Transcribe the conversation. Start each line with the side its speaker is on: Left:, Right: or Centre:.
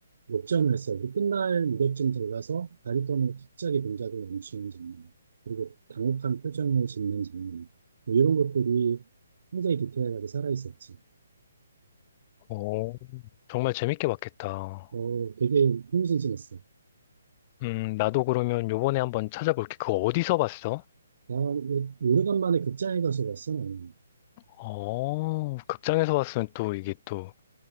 Right: 역전을 했어요. 그 끝날 무렵쯤 어가서 다리 떠는 갑자기 동작을 멈추는 장면, 그리고 당혹한 표정을 짓는 장면, 뭐 이런 것들이 굉장히 디테일하게 살아있었지.
Left: 어. 정말 재밌게 봤겠다.
Right: 어, 되게 흥미진진했어.
Left: 음, 나도 그러면 요번에 한번 찾아볼게. 그거 어디서 봤어?
Right: 나 오래간만에 극장에 가서 봤어, 나는.
Left: 어, 극장에서 봤으면 또 이게 또